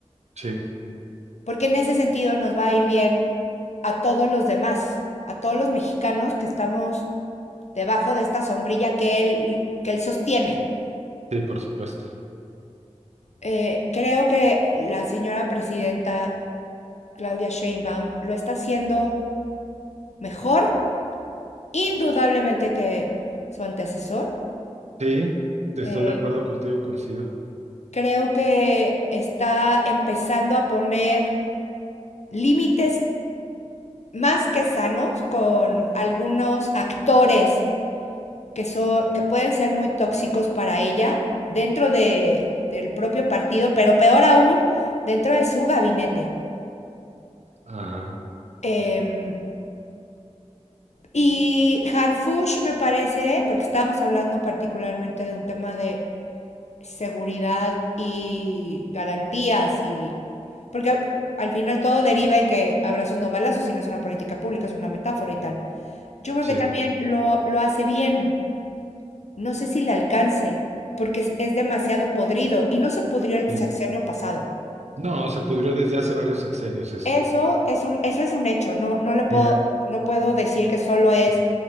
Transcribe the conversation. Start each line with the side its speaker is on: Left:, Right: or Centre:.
Right: sí,
Left: porque en ese sentido nos va a ir bien a todos los demás, a todos los mexicanos que estamos debajo de esta sombrilla que él, que él sostiene.
Right: sí, por supuesto.
Left: Eh, creo que la señora presidenta Claudia Sheinbaum lo está haciendo mejor, indudablemente que su antecesor.
Right: Sí, estoy
Left: Eh,
Right: de acuerdo contigo, coincido.
Left: creo que está empezando a poner límites más que sanos con algunos actores que, son, que pueden ser muy tóxicos para ella dentro de, del propio partido, pero peor aún, dentro de su gabinete.
Right: Ajá,
Left: Eh, Y Harfush me parece, porque estábamos hablando particularmente de un tema de seguridad y garantías y porque a- al final todo deriva en que abrazos no balazos, si no es una política pública, es una metáfora y tal. Yo creo
Right: sí,
Left: que también lo, lo hace bien. No sé si le alcance, porque es, es demasiado podrido y no se pudrió el
Right: sí.
Left: sexenio pasado.
Right: No, se pudrió desde hace varios sexenios esto.
Left: Eso, eso es un, eso es un hecho. No, no le puedo,
Right: Mira,
Left: no puedo decir que solo es